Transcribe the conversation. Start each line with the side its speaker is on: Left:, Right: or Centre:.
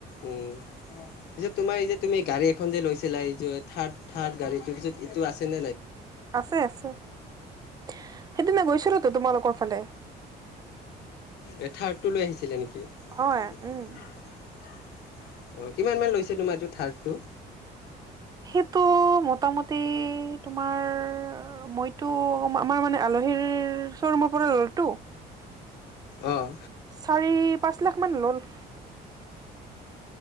Left: উম, পিছত তোমাৰ এই যে তুমি গাড়ী এখন যে লৈছিলা এই যে থাৰ্ড থাৰ্ড গাড়ীটো পিছতটো আছে ন
Right: আছে। আছে। সেইদিনা গৈচিলো তো তোমালোকৰ ফালে
Left: এ থাৰ্ডটো লৈ আহিছিলে নেকি অ', কিমান
Right: হয় উম
Left: মান লৈছে তোমাৰ এইটো থাৰ্ডটো
Right: সেইটো মোটামটি গেই তোমাৰ মইতো আমাৰ মানে আলহীৰ শ্ব'ৰুমৰ পৰা ললো
Left: আহ
Right: চাৰি পাঁচ লাখ মান ল'ল